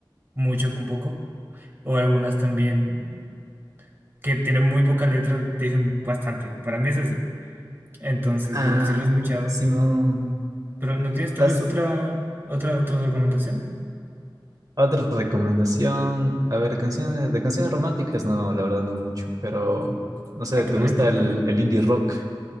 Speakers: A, on the right; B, on the right.
A: mucho con poco. O algunas también que tienen muy poca letra, dicen bastante. Para mí es así. Entonces,
B: Ah,
A: bueno, sí lo he escuchado.
B: Simón.
A: Pero ¿no tienes tal
B: Has-
A: vez otra, otra, otra recomendación?
B: Otra recomendación, a ver, canciones, de canciones románticas, no, la verdad no mucho, pero no sé,
A: Ah, pero
B: ¿te gusta
A: no importa.
B: el, el indie rock?